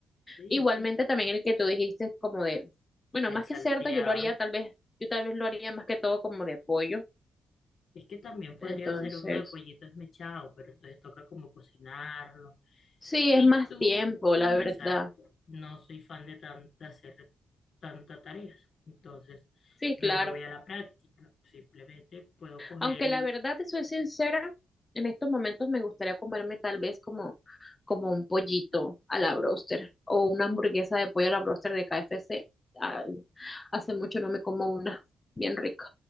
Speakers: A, on the left; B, on the left.
A: sí,
B: Igualmente
A: yo sé.
B: también el que tú dijiste como de, bueno,
A: El
B: más
A: salteado.
B: que cerdo, yo lo haría tal vez, yo tal vez lo haría más que todo como de pollo,
A: Es que también podría
B: entonces,
A: ser uno de pollito esmechado, pero entonces toca como cocinarlo
B: sí, es
A: Y
B: más
A: tú,
B: tiempo, la verdad.
A: exacto, no soy fan de, tan- de hacer tantas tareas. Entonces,
B: Sí, claro.
A: yo me voy a la práctica. Simplemente puedo coger
B: Aunque
A: y
B: la verdad, te soy sincera, en estos momentos me gustaría comerme tal vez como, como un pollito a la broster o una hamburguesa de pollo a la broster de KFC. Ay, hace mucho no me como una, bien rico.